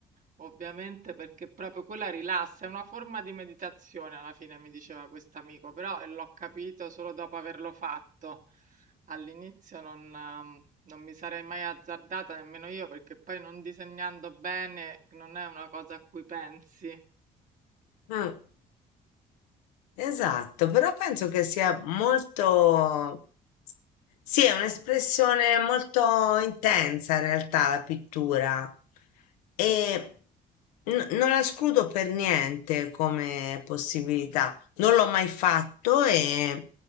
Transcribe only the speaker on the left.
Mm, esatto, però penso che sia molto, sì, è un'espressione molto intensa in realtà la pittura e n- non la escludo per niente come possibilità. Non l'ho mai fatto e